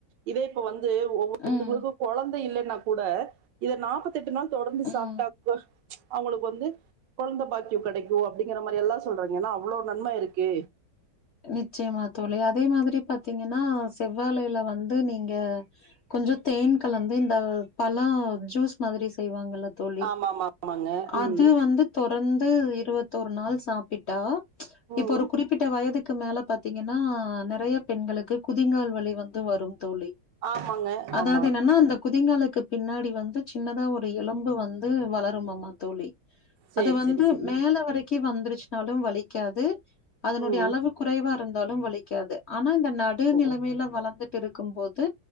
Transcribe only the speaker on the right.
இதே இப்ப வந்து ஒவ்வொருத்தங்களுக்கு
கொழந்த இல்லைனா கூட இத நாப்பத்தெட்டு நாள் தொடர்ந்து
சாப்டாக்க அவுங்களுக்கு வந்து கொழந்த பாக்யோ கெடைக்கு அப்டிங்கிற மாரி எல்லா சொல்றாங்க எனா அவ்ளோ நன்ம இருக்கு
ஆமா ஆமா ஆமாங்க ம்
ம்
ஆமாங்க
ஆமா
சரி
சரி சரி
ம்
ஓ